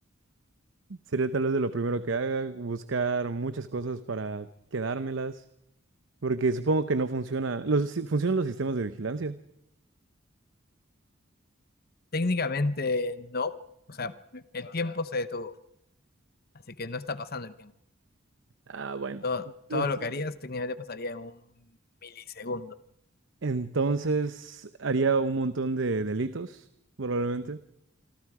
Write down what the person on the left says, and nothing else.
Técnicamente no. O sea, el tiempo se detuvo, así que no está pasando el tiempo.
Todo, todo
lo que harías técnicamente pasaría en un milisegundo.